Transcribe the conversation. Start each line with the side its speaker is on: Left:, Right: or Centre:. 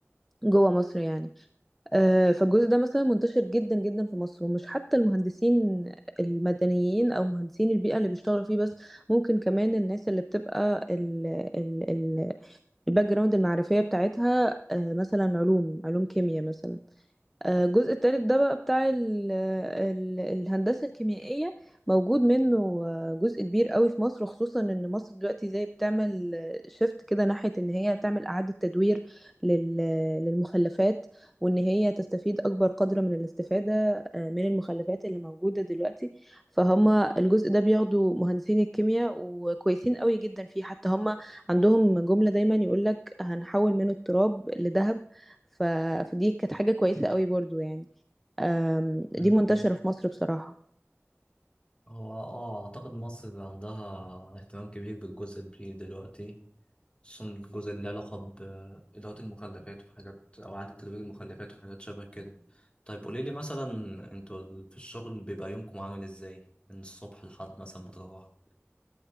Centre: جوه مصر يعني آه، فالجزء ده مثلا منتشر جدا جدا في مصر ومش حتى المهندسين المدنيين او مهندسين البيئه اللي بيشتغلوا فيه بس ممكن كمان الناس اللي بتبقى ال ال ال الباك جراوند المعرفيه بتاعتها آه، مثلا علوم علوم كيمياء مثلا آه، الجزء التالت ده بقى بتاع ال ال الهندسة الكيميائية موجود منه آه، جزء كبير قوي في مصر خصوصا ان مصر دلوقتي زي بتعمل شيفت كده ناحية ان هي تعمل اعادة تدوير لل- للمخلفات وان هي تستفيد اكبر قدر من الاستفادة آه، من المخلفات اللي موجودة دلوقتي فهم الجزء ده بياخدوا مهندسين الكيمياء وكويسين قوي جدا فيه حتى هم عندهم جملة دايما يقولك هنحول منه التراب لذهب ف... فدي كانت حاجة كويسة قوي برضو يعني أم، دي
Left: مم.
Centre: منتشرة في مصر بصراحة
Left: هو اه اعتقد مصر عندها اهتمام كبير بالجزء البيئي دلوقتي خصوصا الجزء اللي له علاقة بإدارة المخلفات وحاجات أو إعادة تدوير المخلفات وحاجات شبه كده طيب قوليلي مثلا انتوا ال- في الشغل بيبقى يومكم عامل ازاي من الصبح لحد مثلا ما تروحوا